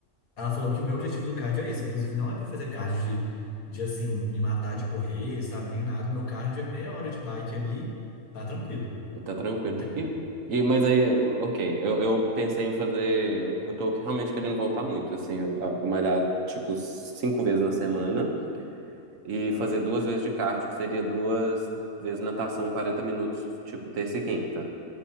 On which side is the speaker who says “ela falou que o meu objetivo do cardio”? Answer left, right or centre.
Left